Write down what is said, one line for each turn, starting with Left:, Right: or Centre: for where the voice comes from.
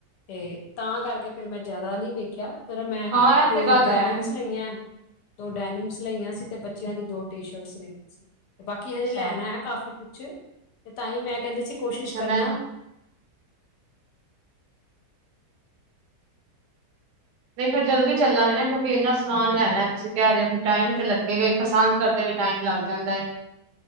Left: ਤੇ ਤਾਂ ਕਰਕੇ ਫਿਰ ਮੈਂ ਜ਼ਿਆਦਾ ਨਹੀਂ ਵੇਖਿਆ, ਫਿਰ ਮੈਂ
Right: ਹਾਂ ਇਹ
Left: ਜੋ
Right: ਤੇ ਗੱਲ
Left: ਡੈਨਿਨਸ
Right: ਹੈ
Left: ਲਈ ਆ। ਦੋ ਡਾਇਨਮਸ ਲਈਆਂ ਸੀ, ਤੇ ਬੱਚਿਆਂ ਦੀ ਦੋ ਟੀ ਸ਼ਰਟਸ ਲਈਆਂ ਸੀ, ਤੇ ਬਾਕੀ ਹਜੇ
Right: ਅੱਛਾ
Left: ਲੈਣਾ ਹੈ। ਕਾਫੀ ਕੁਛ ਤੇ ਤਾਂ ਹੀ ਮੈਂ ਕਹਿੰਦੇ ਸੀ, ਕੋਸ਼ਿਸ਼
Right: ਅੱਛਾ
Left: ਕਰਨਾ
Right: ਮੈਂ ਨਹੀਂ ਫਿਰ ਜਲਦੀ ਚੱਲਾਂਗੇ ਨਾ ਕਿਉਂਕਿ ਇੰਨਾ ਸਮਾਨ ਲੈਣਾ ਤੁਸੀਂ ਕਹਿ ਰਹੇ ਹੋ ਫਿਰ ਟਾਈਮ ਵੀ ਤੇ ਲੱਗੇਗਾਈ ਪਸੰਦ ਕਰਦੇ। ਟਾਈਮ ਲੱਗ ਜਾਂਦਾ ਹੈ